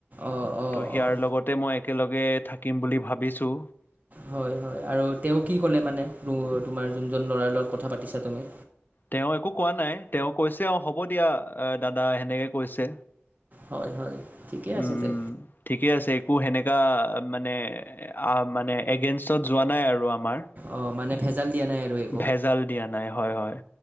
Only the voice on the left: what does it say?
ত সিয়াৰ
লগতে মই একেলগে থাকিম বুলি ভাবিছোঁ।
তেওঁ একো কোৱা নাই তেওঁ কৈছে অ' হ'ব দিয়া এ দাদা এনেকে কৈছে।
উম
ঠিকে আছে একো সেনেকা মানে আ, মানে‌ এগেইনষ্টত যোৱা নাই আৰু আ মাৰ,
ভেজাল দিয়া নাই হয়, হয়।